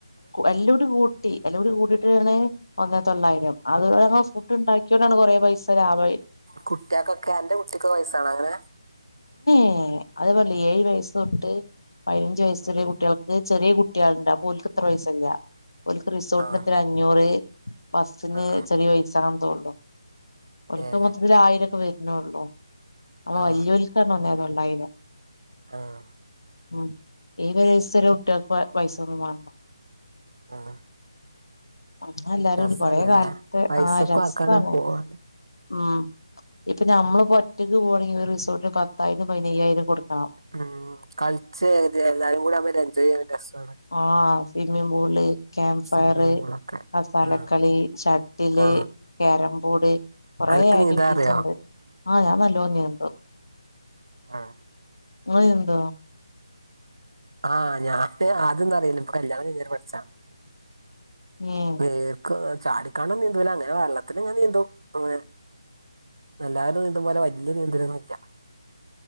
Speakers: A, on the left (about 80°); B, on the right (about 80°).
A: എല്ലുടി കൂട്ടി എല്ലൂടി കൂട്ടീട്ട്ാണ് ഒന്നെത്തൊള്ളായിരം അത് ഫുഡ് ഉണ്ടാക്കിൊണ്ടാണ് കുറെേ പൈസ ലാഭായ
B: കുട്ട്യേക്കൊക്കെ അന്റെ കുട്ടിക്ക് വയസാണ് അങ്ങനെ
A: എ അത്പെ <unintelligible> ഏഴ് വയസ് തൊട്ട് പതിനഞ്ച് വയസ്സുള്ള
B: ഉം
A: കുട്ടികൾക്ക് ചെറിയ കുട്ടികളുണ്ട് അപോലക്ക് ത്ര പൈസ്സല്ല ഓര്ക്ക് റിസോർട്ടിനെത്ര
B: ആഹ്
A: അഞ്ഞൂറ് ബസിന്
B: ആഹ്
A: ചെറിയ പയസാക തോള്ളു
B: ഏഹ്
A: ഒക്ക മൊത്തത്തില് ആയിരംൊക്കെ വരുന്നുള്ളൂ അ
B: ആഹ്
A: വലിയൊൽക്കാണ് ഒന്നേതൊള്ളയിരം
B: ആഹ്
A: ഉം ഏ <unintelligible> സര കുട്ട്യേൽക് പൈസൊന്നും വണ്ട
B: ആഹ്
A: ആ എല്ലാരുംടി
B: രസാണല്ലേ
A: കൊറെ കാലത്ത്
B: പൈസക്കും
A: ആ രസാണ്
B: ആക്കാണ് പോവാന്
A: ഉം ഇപ്പൊ നമ്മള് പ്പോ ഒറ്റക്ക് പോകാണെങ്കി ഒരു റിസോർട്ടിന് പത്തായിരം പതിനയ്യായിരം കൊടുക്കണം
B: ഉം കളിച്ചേ തി എല്ലാരും കൂടിആമ്പോ എൻജോയ് ചെയ്യാൻ രസാണ്
A: ആഹ swimming pool camp fire
B: swimming പൂളൊക്കെ
A: കസാലക്കളി
B: ആ
A: ഷട്ടില്
B: ആ
A: കാരം ബോർഡ് കൊറെേ
B: അനക്ക്
A: ആക്ടിവിറ്റീസ്ണ്ട്
B: നീന്താൻ അറിയോ
A: ആഹ് ഞാൻ നല്ലോനീന്തും
B: ആഹ്
A: ങ്ങള് നീന്തോ?
B: ആഹ് ഞാന് അദ്യോന്നും അറിയില്ല ഇപ്പൊ കല്ല്യാണം കയ്ഞ്ഞാരെ പഠിച്ചാണ്
A: ഏഹ്
B: നീർക്കോ ചാടിക്കാണ്ടൊന്നും നീന്തൂല അങ്ങനെ വെള്ളത്തിങ്ങനെ നീന്തും അങ്ങനെ അല്ലാരും നീന്തുംപോലെ വല്ല്യ നീന്തലൊന്നുന്നില്ല